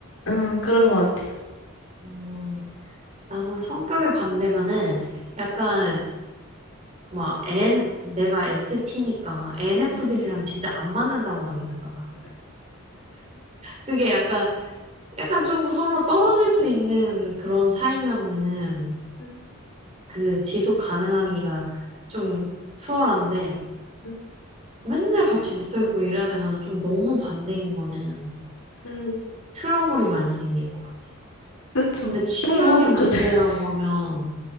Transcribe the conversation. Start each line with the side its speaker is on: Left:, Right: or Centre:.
Left: 음, 그런 것 같아요.
Right: 음, 나는 성격이 반대면은 약간 막 N 내가 ST니까 NF들이랑
Left: 음,
Right: 진짜 안 맞는다고 막 이러잖아. 그게 약간 약간 좀 서로 떨어질 수 있는 그런 사이면은
Left: 음,
Right: 그 지속 가능하기가 좀 수월한데
Left: 음,
Right: 맨날 같이 붙어 있고 이래야 되면 좀 너무 반대인 거는
Left: 음,
Right: 트러블이 많이 생길 것 같아.
Left: 그렇죠.
Right: 근데 취향의
Left: 형부,
Right: 문제라고
Left: 그, <laughs>
Right: 하면